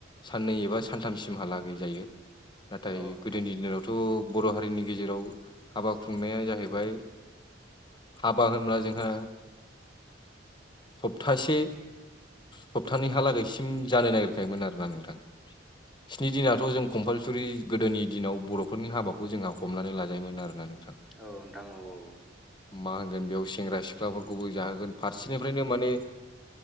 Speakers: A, on the left (about 25°); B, in the centre.
A: साननै एबा सानथामसिमहालागै जायो नाथाय
B: औ नोंथां
A: गोदोनि दिनावथ बर हारिनि गेजेराव हाबा खुंनाया जाहैबाय बा होनब्ला जोंहा सप्तासे सप्तानैहालागैसिम जानो नागिरखायोमोन आर ना नोंथां स्नि दिनाथ जों कम्पाल सुरि गोदोनि दिनाव बर'फोरनि हाबाखौ जोंहा हमनानै लाजायोमोन आरोना नोंथां
B: औ नोंथां औ औ
A: मा होनगोन बेयाव सेंग्रा सिख्लाफोरखौबो जाहोगोन फारसेनिफ्रायनो माने